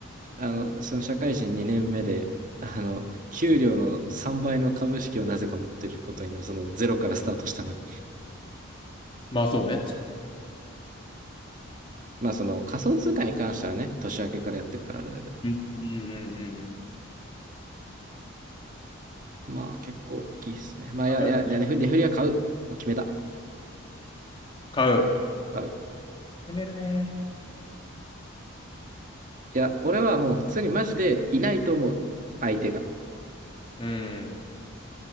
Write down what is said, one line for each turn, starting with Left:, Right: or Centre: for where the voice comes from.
Right: あのその社会人2年目で、あの、給料の3倍の株式をなぜか持ってることになる、そのゼロからスタートしたのに。
Left: <laughs> まあそうね、確かに。
Right: まあその仮想通貨に関してはね、年明けからやってるからあれだけど、
Left: うんうんうんうんうん。
Right: まあ結構大きいっすね。まあいや、
Left: い
Right: いや、値振りは買う。う決めた。
Left: 買う。
Right: 買う。
Left: やめるね。
Right: いや、俺はもう普通にマジでいないと思う。相手が。
Left: うん。